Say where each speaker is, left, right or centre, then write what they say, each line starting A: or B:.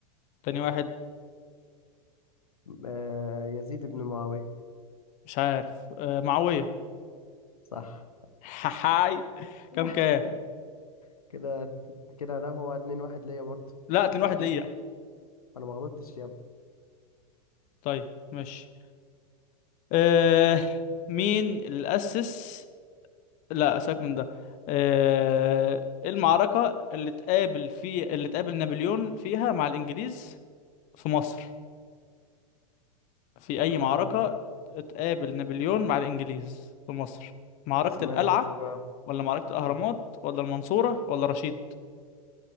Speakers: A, on the left; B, on the left.
A: تاني واحد
B: آه يزيد بن معاوية
A: مش عارف آه معاوية
B: صح
A: <laughs> حاي
B: <laughs>
A: كام كام
B: كده كده لا هو اتنين واحد ليا برضه
A: لا 2
B: كان
A: 1 ليا
B: أنا ما غلطتش يا
A: طيب ماشي آه مين اللي أسس لا سيبك من ده آه إيه المعركة اللي تقابل في اللي تقابل نابليون فيها مع الإنجليز في مصر في
B: ابني
A: أي معركة تقابل نابليون مع الإنجليز في مصر
B: مم.
A: معركة
B: اسمها
A: القلعة
B: ايه بقى
A: ولا معركة الأهرامات
B: مم.
A: ولا المنصورة ولا رشيد